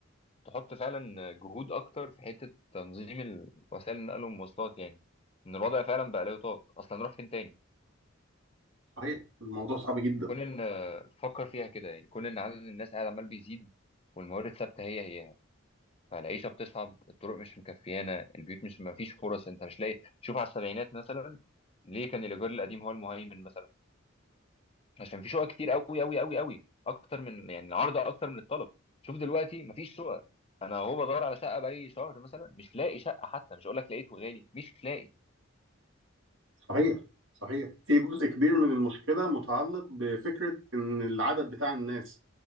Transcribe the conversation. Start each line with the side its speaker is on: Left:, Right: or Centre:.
Left: تحط فعلا جهود أكتر في حتة تنظيم ال- وسائل النقل والمواصلات يعني إن الوضع فعلا بقى لا يطاق أصلا نروح فين تاني
Right: صحيح الموضوع صعب جدا
Left: كون ان فكر فيها كده يعني كون ان عدد الناس قاعد عمال بيزيد والموارد ثابته هي هي فالعيشه بتصعب الطرق مش مكفيانه البيوت مش ما فيش فرص انت مش لاقي شوف على السبعينات مثلا ليه كان الايجار القديم هو المهيمن مثلا عشان في شقق كتير قوي قوي قوي قوي اكتر من يعني العرض اكتر من الطلب شوف دلوقتي ما فيش شقق انا هو بدور على شقه باي شهر مثلا مش لاقي شقه حتى مش هقول لك لقيت وغالي مش لاقي
Right: صحيح صحيح في جزء كبير من المشكله متعلق بفكره ان العدد بتاع الناس